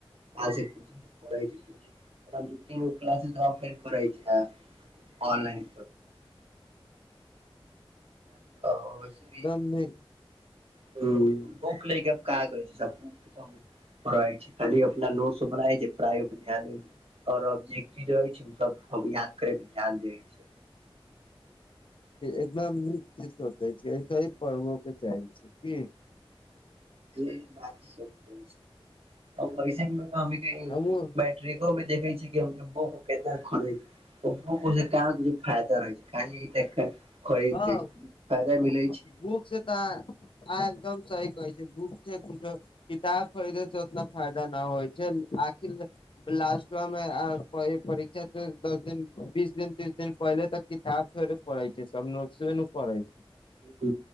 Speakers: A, on the right; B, on the left.
A: आ <unintelligible> स पढ़ा <unintelligible> दू तीन गो क्लासेज कर छैनन <unintelligible> <unintelligible>
B: नय
A: ह बुक लैके क करै छै बुक त छै खाली अपना नोट बनाै छै पढ़ाई प ध्यान द आओरब जे चीज रहै छै सब याद करे के ध्यान देै छै
B: एकदम नीक चीज सोचै छी ऐसे ही पढ़बो के चाहे छी की
A: <unintelligible> ट्रेको
B: हमहुँ
A: में देखे छ छै कि हम के बुक क खड़े बूको मे फायदा रहै छैय खाली खरीद
B: हँ
A: छैय फायदा
B: बुक
A: मिलैत छैय
B: से तऽ आहाॅं एकदम सही कहै छैय बूक छैय कुछो किताब फरीद सऽ ओतना फायदा नऽ होइ छैय आखीर लास्ट मे परीक्षा दस दिन बीस दिन तीस दिन पहिले तक किताब थोड़ी पढ़ैइ छै सब नोट न पढ़इ छै
A: ह